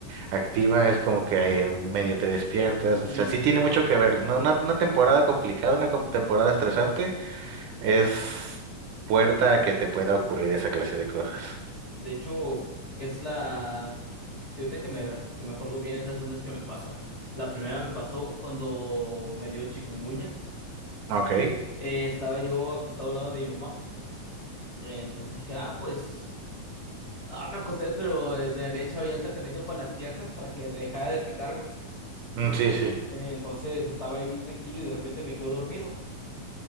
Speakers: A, on the right (about 75°); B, on the left (about 50°).
A: activa, es como que eh, medio te despiertas,
B: Uy.
A: o sea, sí tiene mucho que ver. No, una, una temporada complicada, una com- temporada estresante, es puerta a que te pueda ocurrir esa clase de cosas.
B: De hecho, es la... que Ahorita que me, que me acuerdo bien, es la segunda vez que me pasa. La primera me pasó cuando me dio chikungunya.
A: Ok,
B: Eh, estaba yo acostado al lado de mi mamá. Eh, entonces dije, ah, pues... Ah, me acosté, pero eh, me había echado ya el tratamiento para las piernas para que dejara de picarme.
A: Mm, sí, sí.
B: Eh, entonces estaba ahí bien tranquilo y de repente me quedo dormido.